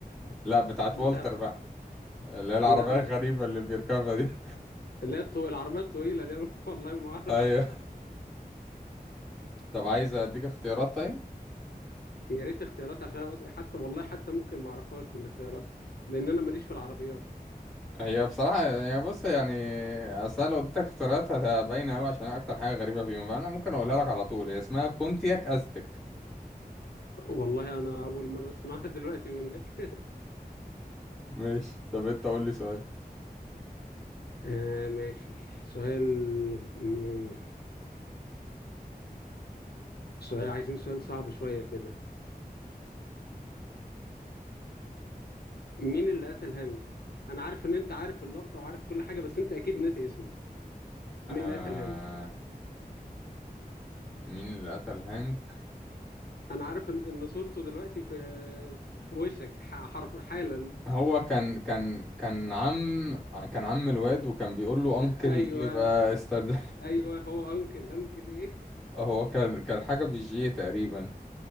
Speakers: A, in the centre; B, on the left.
A: لا بتاعت
B: بتاعته
A: والتر بقى اللي هي العربية
B: لا
A: الغريبة اللي بيركبها دي <laughs>
B: اللي هي الطو... العربية الطويلة دي أنا <laughs> والله ما اعرف
A: ايوه طب عايز اديك اختيارات طيب
B: يا ريت اختيارات عشان أنا أص... حتى والله حتى ممكن ما اعرفهاش بالاختيارات لان انا ماليش في العربيات
A: هي بصراحة يعني بص يعني اصل أنا لو اديتك اختيارات هتبين اوي عشان هي اكتر حاجة غريبة فيهم فانا ممكن اقولها لك على طول هي اسمها بونتياك ازتك
B: والله انا اول مره اسمعها <laughs> دلوقتي منك
A: ماشي طب انت قول لي سؤال
B: آه ماشي سؤال مم، سؤال عايزين سؤال صعب شويه كده مين اللي قتل هانج انا عارف ان انت عارف اللقطه وعارف كل حاجه بس انت اكيد ناسي اسمه
A: آه...
B: مين اللي قتل هانج
A: مين اللي قتل هانك
B: انا عارف ان إن صورته دلوقتي في في وشك ح- حرف حالا
A: هو كان كان كان عم كان عم الواد وكان بيقول له انكل
B: ايوه
A: ايه بقى استنى
B: ايوه هو انكل انكل ايه
A: <laughs> هو كان كان حاجة بالجي تقريبا